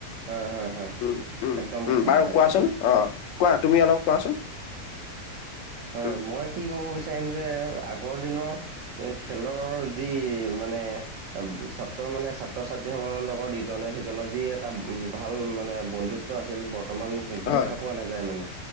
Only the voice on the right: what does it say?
হয় হয় হয়
একদম
সঁচা
কথা এইটো
হয়,
মই কি ক'ব বিচাৰিম যে আগৰ দিনৰ খেলৰ যি মানে ছাত্ৰ মানে ছাত্ৰ ছাত্ৰী লগত ইজনে সিজনৰ যি এটা ভাল মানে বন্ধুত্ব আছিল বৰ্তমান
দেখা পোৱা নাযায় মানে